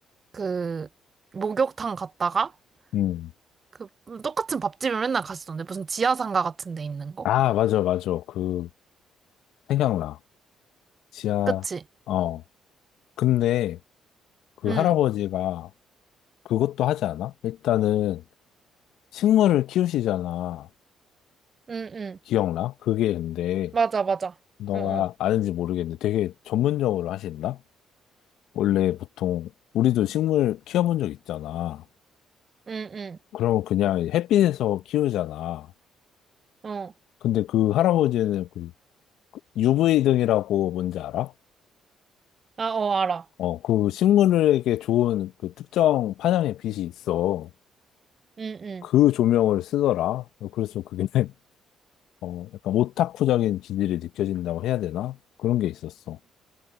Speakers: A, on the right (about 45°); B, on the left (about 75°).
A: 그 목욕탕 갔다가
B: 음.
A: 그 똑같은 밥집을 맨날 갔었는데 무슨 지하상가 같은 데 있는 거.
B: 아, 맞아, 맞아. 그, 생각나. 지하,
A: 그치?
B: 어. 근데, 그
A: 응,
B: 할아버지가 그것도 하지 않아? 일단은 식물을 키우시잖아.
A: 응, 응.
B: 기억나? 그게 근데
A: 맞아, 맞아.
B: 너가
A: 어, 어.
B: 아는지 모르겠는데 되게 전문적으로 하신다? 원래 보통 우리도 식물 키워본 적 있잖아.
A: 응,
B: 그럼 그냥 햇빛에서 키우잖아.
A: 응. 어.
B: 근데 그 할아버지는 그 UV 등이라고 뭔지 알아?
A: 아, 어, 알아.
B: 어, 그 식물에게 좋은 그 특정 파장의 빛이 있어.
A: 응, 응.
B: 그 조명을 쓰더라. 그래서 그게 <laughs> 어, 약간 오타쿠적인 기질이 느껴진다고 해야 되나? 그런 게 있었어.